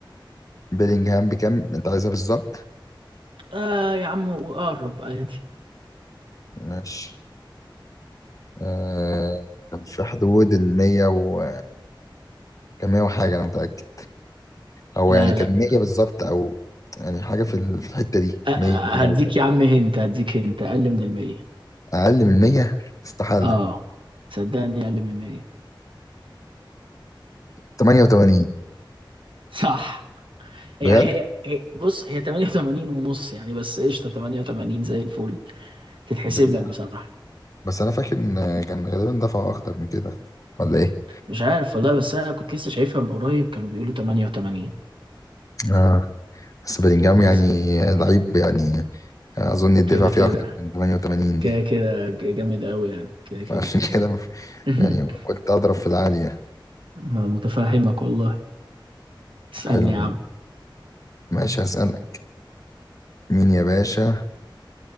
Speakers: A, on the left; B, on the right.
A: بيلينغهام بكام انت عايزها بالظبط
B: اه يا عم وقرب عادي
A: ماشي آه كان في حدود ال 100 و كان 100 وحاجة انا متأكد هو
B: لا
A: يعني كان
B: لا
A: 100 بالظبط او يعني حاجه في ال- في الحته دي
B: آه، آه،
A: 100 103
B: هديك يا عم هنت هديك هنت اقل من المية
A: اقل من 100 استحاله
B: اه صدقني اقل من المية
A: 88
B: <laughs> صح يعني
A: بجد
B: هي هي بص هي 88 ونص يعني بس قشطة 88 زي الفل تتحسب
A: ده إيه ده؟
B: لك بصراحة
A: بس انا فاكر ان كان غالبا دفعوا اكتر من كده ولا ايه
B: مش عارف والله بس انا كنت لسه شايفها من قريب كانوا بيقولوا 88
A: اه بس بلينجهام
B: بس
A: يعني لعيب يعني اظن الدفع
B: كده
A: فيه
B: كده
A: اكتر من 88 دي
B: كده كده ج- جامد قوي يعني كده كده
A: فعشان <laughs> كده مف...
B: <laughs>
A: يعني قلت اضرب في العاليه
B: ما متفهمك والله اسألني
A: حلو منه
B: يا عم
A: ماشي هسألك مين يا باشا